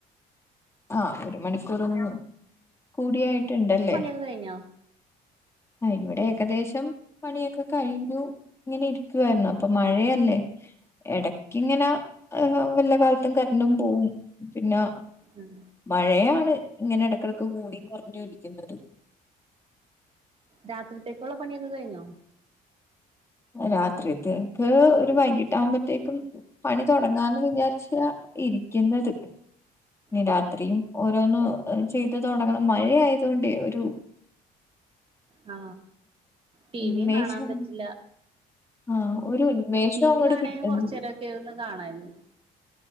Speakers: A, on the left; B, on the right.
A: ആ ഒരു മണിക്കൂറും കൂടിയായിട്ടുണ്ടല്ലേ
B: ത് കയ്ഞ്ഞോ
A: ആ ഇവടെ ഏകദേശം പണിയൊക്കെ കയ്ഞ്ഞു ങ്ങനെ ഇരിക്കുവായിരുന്നു അപ്പൊ മഴയല്ലേ എടക്കിങ്ങനെ വല്ല കാലത്തും കറന്റും പോവും പിന്നെ
B: ഉം
A: മഴയാണ് ഇങ്ങനെ എടക്കെടക്ക് കൂടിയും കൊർഞ്ഞും ഇരിക്കുന്നത്
B: രാത്രിത്തേക്കുള്ള പണിയൊക്കെ കഴിഞ്ഞോ
A: രാത്രിത്തേക്ക് ഒരു വൈകീട്ടാകുമ്പോത്തേക്കും പണി തൊടങ്ങാന്ന് വിചാരിച്ച ഇരിക്കുന്നത് ഇ
B: ഉം.
A: രാത്രിയും ഓരോന്ന് ചെയ്ത് തൊടങ്ങണം മഴയായതോണ്ടെ ഒരു
B: ആ ടി
A: ഉൻമേഷം
B: വിയും കാണാൻ പറ്റില്ല
A: ആ ഒരു ഉന്മേഷം
B: ടി
A: അങ്ങോട്ട്
B: വി കാണാൻ
A: കിട്ടുന്ന
B: കുറച്ചു നേരമൊക്കെ ഇരുന്ന് കാണായിരുന്നു